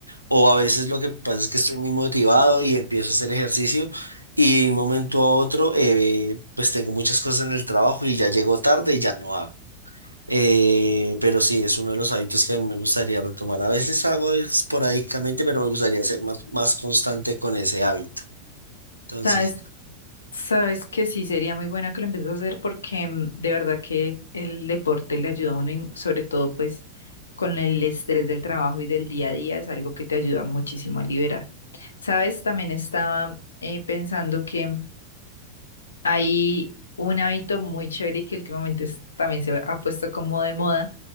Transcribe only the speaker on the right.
O a veces lo que pasa es que estoy muy motivado y empiezo a hacer ejercicio y de un momento a otro eh, pues tengo muchas cosas en el trabajo y ya llego tarde y ya no hago. Eh, pero sí, es uno de los hábitos que a mí me gustaría retomar. A veces hago esporádicamente, pero me gustaría ser más, más constante con ese hábito. Entonces,